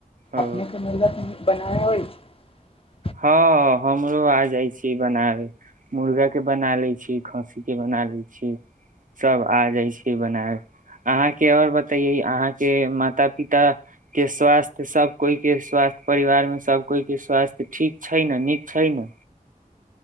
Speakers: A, on the right; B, on the left.
A: ओ
B: अपने के मिल जातन की बनायब अबै छै
A: हँ हमरो आ जाइत छी बनाब मुर्गाके बना लैत छी खस्सीके बना लैत छी सभ आ जाइत छी बनाय अहाँके आओर बतैयै अहाँके माता पिता के स्वास्थ्य सभ कोइ के स्वास्थ परिवारमे सभ कोइ के स्वास्थ्य तऽ ठीक छै ने नीक छै ने